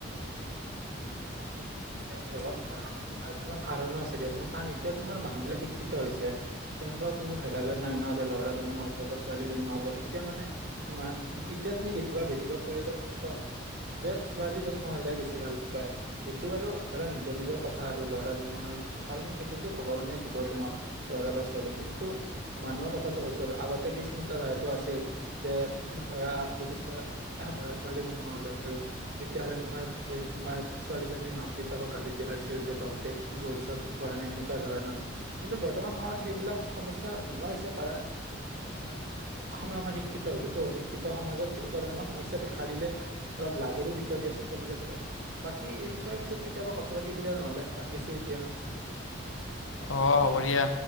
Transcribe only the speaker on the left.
অ হ'ব দিয়া